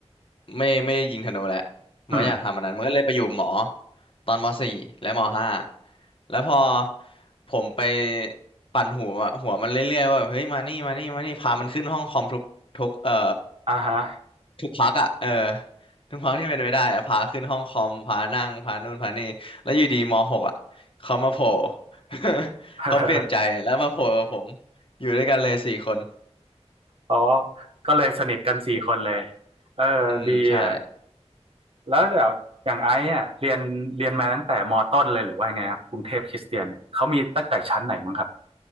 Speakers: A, on the left; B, on the right.
A: ไม่ไม่ได้ยิงธนูแหละมันก็อยากทำอันนั้นมันก็เลยไปอยู่หมอ
B: อืม
A: ตอนมสี่และมห้าแล้วพอผมไปปั่นหัวหัวมันเรื่อยๆว่าเฮ้ยมานี่มานี่มานี่พามันขึ้นห้องคอมทุกทุกเอ่อ
B: อ่าฮะ
A: ทุกพักอ่ะเออทุกพักที่เป็นไปได้อะพาขึ้นห้องคอมพานั่งพานู่นพานี่แล้วอยู่ดีมหกอ่ะเขามาโผล่ <laughs>
B: <laughs>
A: เขาเปลี่ยนใจแล้วมาโผล่กับผมอยู่ด้วยกันเลยสี่คน
B: อ๋อก็เลยสนิทกันสี่คนเลยเออดีอ่ะ
A: อืมใช่
B: แล้วเดี๋ยวอย่างไอ้อ่ะเรียนเรียนมาตั้งแต่มต้นเลยหรือว่าไงครับกรุงเทพคริสเตียนเนี่ยเขามีตั้งแต่ชั้นไหนมั้งครับ